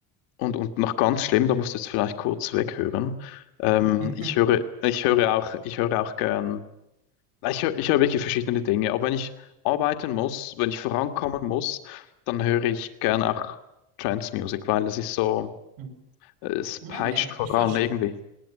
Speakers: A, on the left (about 70°); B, on the right (about 65°).
A: und, und noch ganz schlimm, da musst du jetzt vielleicht kurz weghören. Ähm,
B: Ja.
A: ich höre, ich höre auch, ich höre auch gern, ich höre, ich höre wirklich verschiedene Dinge. Aber wenn ich arbeiten muss, wenn ich vorankommen muss, dann höre ich gern auch Trance Music, weil das ist so,
B: <laughs>
A: äh, es
B: Nee,
A: peitscht voran
B: ich verstehe,
A: irgendwie.